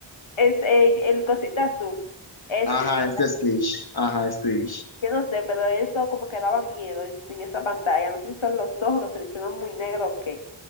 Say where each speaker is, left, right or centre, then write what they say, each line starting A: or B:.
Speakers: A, on the left; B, on the left.
A: Es eh, el cosita azul, Stitch,
B: Ajá,
A: ¿verdad?
B: este Stitch, ajá, Stitch.
A: Yo no sé, pero eso como que daba miedo es- en esa pantalla. No sé si son los ojos que se le hicieron muy negro o qué.